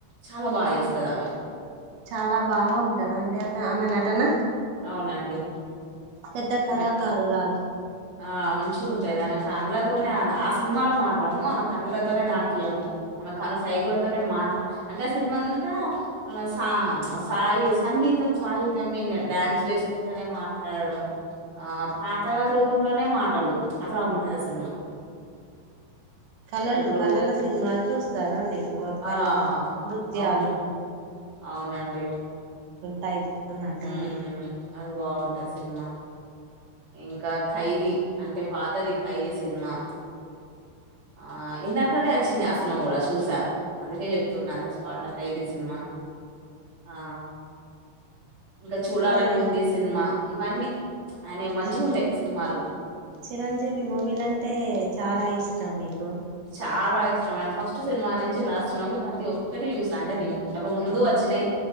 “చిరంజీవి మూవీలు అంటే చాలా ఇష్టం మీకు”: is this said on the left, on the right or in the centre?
Right